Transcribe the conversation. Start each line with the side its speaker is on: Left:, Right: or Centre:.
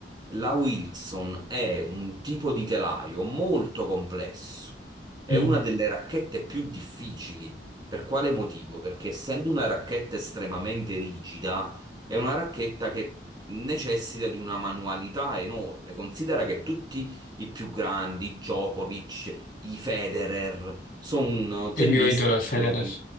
Right: la Wilson è un tipo di telaio molto complesso. È
Left: Mm.
Right: una delle racchette più difficili. Per quale motivo? Perché essendo una racchetta estremamente rigida, è una racchetta che necessita di una manualità enorme. Considera che tutti i più grandi, Djokovic, i Federer, sono tennisti
Left: Il mio idolo è
Right: che
Left: Federer.
Right: hanno-